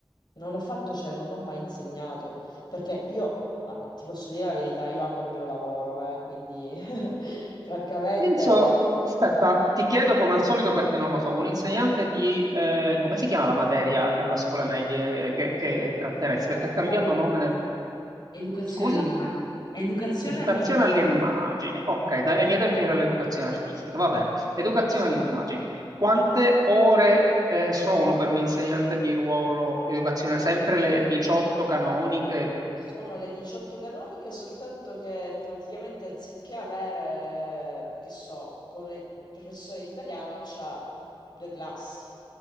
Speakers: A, on the left (about 55°); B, on the right (about 45°).
A: non ho fatto, cioè, non ho mai insegnato, perché io, ah, ti posso dire la verità, io amo il mio lavoro, eh, quindi, <laughs> francamente,
B: Penso, aspetta, ti chiedo come al solito perché non lo so, un insegnante di, eh, come si chiama la materia alla scuola medie che, che tratteresti?
A: educazione
B: Perché ha cambiato
A: all'immagine.
B: nome nel...
A: Educazione
B: Scusa?
A: all'immagine. Educazione
B: Educazione
A: all'immagine.
B: all'immagine. Ok, dai, ai miei tempi era l'educazione artistica, va bene. Educazione
A: Sì,
B: all'immagine. Quante ore eh, sono per un insegnante di ruolo educazione? Sempre le 18 canoniche?
A: Sono le 18 canoniche, soltanto che praticamente anziché avere, che so, con il professore di italiano c'ha due classi,